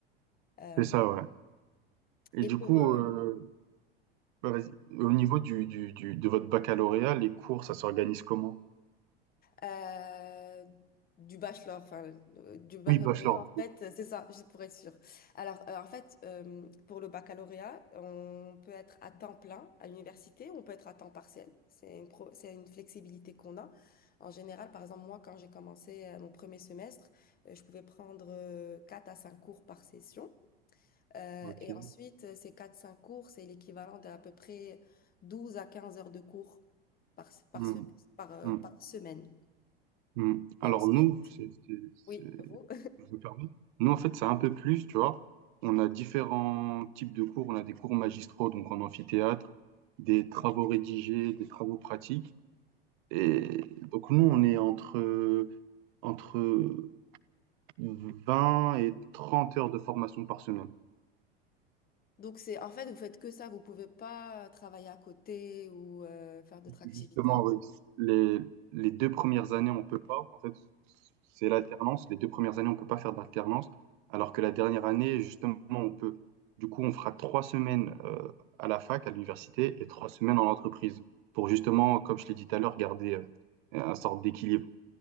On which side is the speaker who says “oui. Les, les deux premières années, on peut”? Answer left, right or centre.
Right